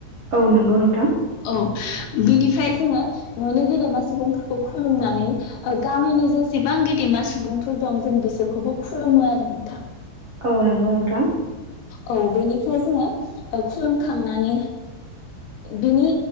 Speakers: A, on the right (about 65°); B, on the left (about 85°).
A: औ नोंगौ नोंथां।
B: औ बिनिफ्राय जोङो ननि गेदेमा सुबुंफोरखौ खुलुमनानै गामिनि जेसेबां गेदेमा सुबुंफोर दं जों बिसोरखौबो खुलुमो आरो नोंथां।
A: औ नोंगौ नोंथां।
B: औ बेनिफ्राय जोङो खुलुमखांनानै बिनि